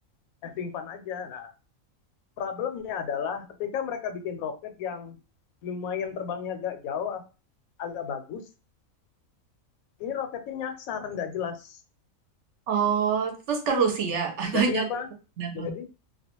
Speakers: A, on the left (about 85°); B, on the right (about 65°).
A: having fun aja. Nah, problemnya adalah ketika mereka bikin roket yang lumayan terbangnya agak jauh, agak bagus, ini roketnya nyasar, nggak jelas.
B: Oh, terus ke Rusia <laughs> atau
A: Jadi
B: jatuh?
A: apa?
B: Jatuh.
A: Jadi